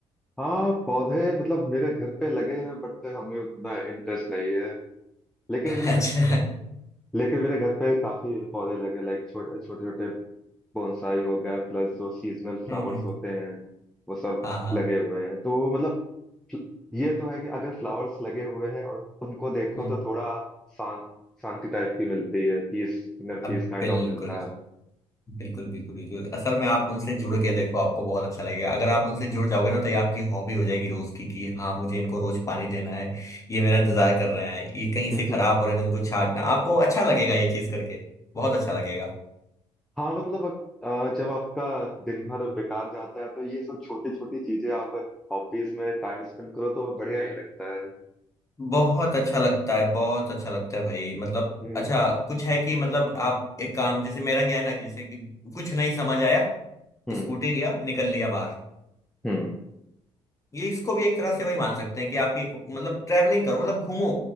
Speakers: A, in the centre; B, on the left.
A: हाँ पौधे मतलब मेरे घर पे लगे हैं बट हमें उतना इंटरेस्ट नहीं है लेकिन
B: <laughs> अच्छा
A: लेकिन मेरे घर पे काफी पौधे लगे लाइक छोटे छोटे छोटे बोनसाई हो गए प्लस जो सीजनल फ्लावर्स
B: हम्म हम्म
A: होते हैं वो सब
B: हाँ हाँ
A: लगे हुए हैं तो मतलब फ्ल- ये तो है कि अगर फ्लावर्स लगे हुए हैं और उनको देखो
B: हम्म
A: तो थोड़ा शांत शांति टाइप की मिलती है peace inner
B: अब
A: peace kind
B: बिल्कुल
A: of मिलता
B: बिल्कुल बिल्कुल बिल्कुल असल में आप उनसे जुड़ के देखो आपको बहुत अच्छा लगेगा अगर आप उनसे जुड़ जाओगे ना तो ये आपकी हॉबी हो जाएगी रोज की कि हाँ मुझे इनको रोज पानी देना है ये मेरा इंतजार कर रहे हैं ये कहीं
A: है <laughs>
B: से खराब हो रहे हैं तो उनको छांटना आपको अच्छा लगेगा ये चीज करके बहुत अच्छा लगेगा
A: हाँ मतलब अ, जब आपका दिन भर बेकार जाता है तो ये सब छोटी छोटी चीजें आप हॉबीज में टाइम स्पेंड करो तो बढ़िया ही लगता है
B: बहुत अच्छा लगता है बहुत अच्छा लगता है भाई मतलब
A: हम्म
B: अच्छा कुछ है कि मतलब आप एक काम जैसे मेरा क्या है ना कि जैसे कि कुछ नहीं समझ आया
A: हम्म
B: स्कूटी लिया निकल लिया बाहर
A: हम्म
B: ये इसको भी एक तरह से वही मान सकते हैं कि आपकी एक- मतलब ट्रेवलिंग करो मतलब घूमो